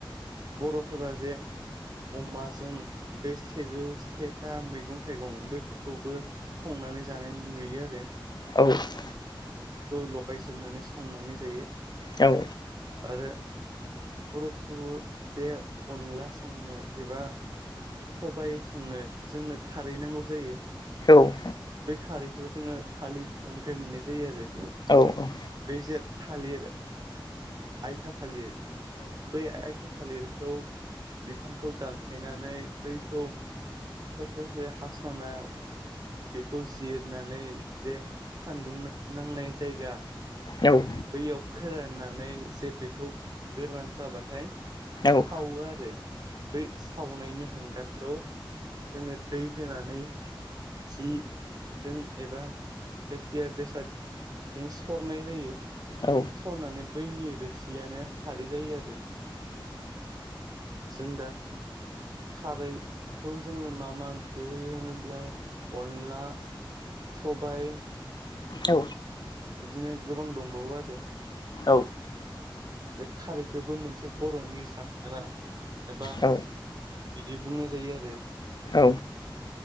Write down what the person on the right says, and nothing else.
बर'फोरा जे अमाजों बे सेजौ सेथा मैगं थाइगं बैफोरखौबो संनानै जानाय नुयो आरो।
बेफोरखौ लगायजोबनानै संनानै जायो।
आरो बर'फोरखौबो जे अनला संनो एबा सबाय संनो जोंनो खारै नांगौ जायो।
बै खारैखौ जोङो थालि बिफांनिफ्राय मोननाय जायो आरो।
बै जे थालिर आयथा थालिर बै आयथा थालिर खौ बिफांखौ दानफायनानै बैखौ ससे ससे हास 'ना बेखौ जिरनानै जे सान्दुं नां-नांनाय जायगा
बैयाव फोराननानै एसे बेखौ गोरान जाबाथाय
सावो आरो बै सावनायनि हांगारखौ जोङो दै होनानै जि जों एबा जायखिजाया बेसाद जों सरनाय जायो
सरनानै बैनि रोसियानो खारै जायो आरो। जों दा खारैखौ जोङो मा मा ओंख्रिआव होयो होनोब्ला अनला सबाइ
बिदिनो गोबां दंबावो आरो।
जे खारैखौबो मोनसे बर'नि जाग्रा एबा
बिदि बुंनाय जायो आरो।